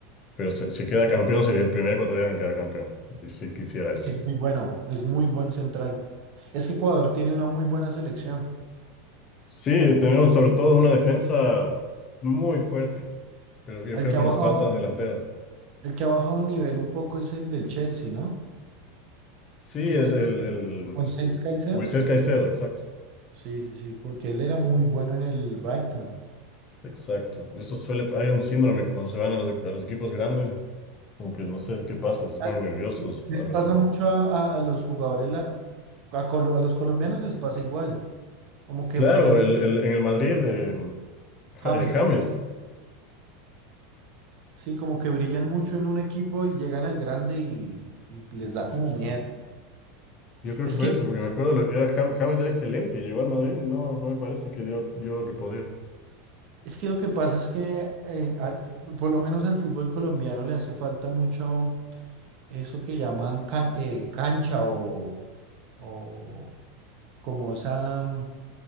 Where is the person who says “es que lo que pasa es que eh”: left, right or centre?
Right